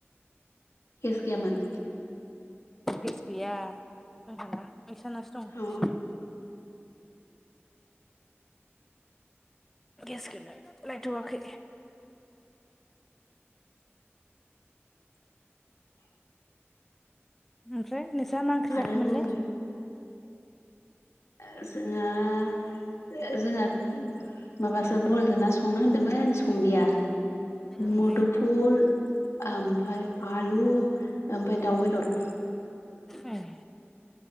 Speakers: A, on the left (about 85°); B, in the centre.
A: गेस गैयामोन
B: गेस गैया जोंहाना बैसानासो दं।
A: अ
B: गेसखौनो लायथ'वाखै।
A: <inaudible>
B: ओमफ्राय नोंसाहा मा ओंख्रि
A: आरो
B: जाखोमोनलाय
A: बुं ओ जोंहा जोंहा माबासो बहलजों ना संनो होनदोंमोन संलिया
B: ओमफ्राय
A: मुदुफुल ओमफाय आलु ओमफाय दाउ बेदर
B: एह